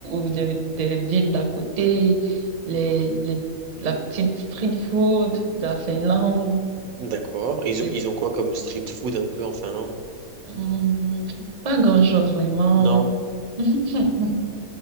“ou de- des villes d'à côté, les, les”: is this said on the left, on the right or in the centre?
Right